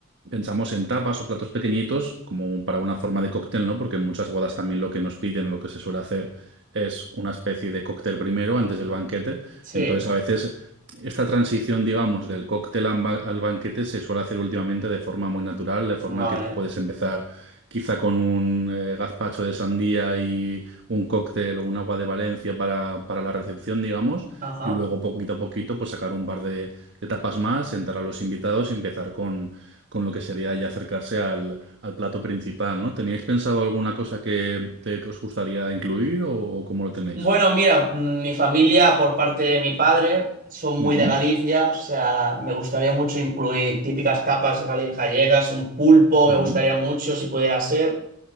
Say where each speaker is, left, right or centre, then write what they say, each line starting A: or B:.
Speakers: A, on the right; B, on the right.
A: pensamos en tapas o platos pequeñitos como para una forma de cóctel, ¿no? Porque en muchas bodas también lo que nos piden, lo que se suele hacer es una especie de cóctel primero antes del banquete.
B: Sí.
A: Entonces a veces esta transición, digamos, del cóctel al ba- al banquete se suele hacer últimamente de forma muy natural, de forma
B: Vale.
A: que tú puedes empezar quizá con un eh, gazpacho de sandía y un cóctel o un agua de Valencia para, para la recepción, digamos,
B: Ajá.
A: y luego poquito a poquito pues sacar un par de, de tapas más, sentar a los invitados y empezar con, con lo que sería ya acercarse al, al plato principal, ¿no? ¿Teníais pensado alguna cosa que, que os gustaría incluir o, o cómo lo tenéis?
B: Bueno, mira, mm, mi familia por parte de mi padre son muy
A: Ujú,
B: de Galicia, o sea, me gustaría mucho incluir típicas tapas gali- gallegas, un pulpo,
A: ujú,
B: me gustaría mucho si pudiera ser.